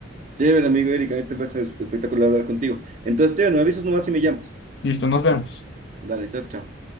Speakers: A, on the right; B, on the left.
A: Chévere, amigo Erika, a mí te parece espectacular hablar contigo. Entonces, chévere, me avisas nomás si me llamas.
B: Listo, nos vemos.
A: Dale, chao, chao.